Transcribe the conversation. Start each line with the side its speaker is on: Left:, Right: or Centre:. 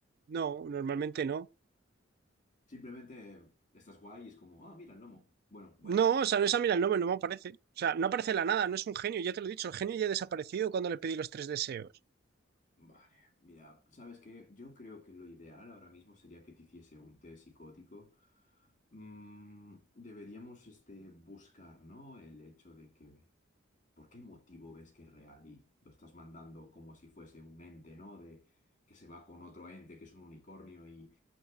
Right: No, normalmente no.
Left: Simplemente estás guay y es como, ah, mira el gnomo. Bueno, voy a
Right: No, o sea, no es a mí el nombre, no me aparece. O sea, no aparece de la nada, no es un genio, ya te lo he dicho, el genio ya ha desaparecido cuando le pedí los tres deseos.
Left: Vale, mira, ¿sabes qué? Yo creo que lo ideal ahora mismo sería que te hiciese un test psicótico. Mm, deberíamos este, buscar, ¿no? El hecho de que, ¿por qué motivo ves que es real y lo estás mandando como si fuese un ente, ¿no? De que se va con otro ente, que es un unicornio y...